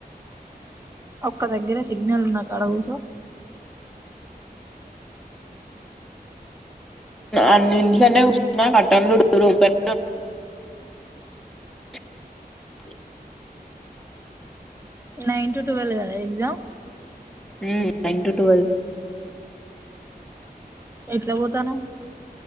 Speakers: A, on the right (about 15°); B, in the centre.
A: ఒక్క దగ్గరే సిగ్నల్ ఉన్న కాడ గూసో
B: అన్నింట్లనే గుర్చున కర్టెండ్లు door open <unintelligible>
A: nine to twelve కదా ఎగ్జామ్
B: ఊ నైన్ టు టువెల్
A: ఎట్ల వోతనవ్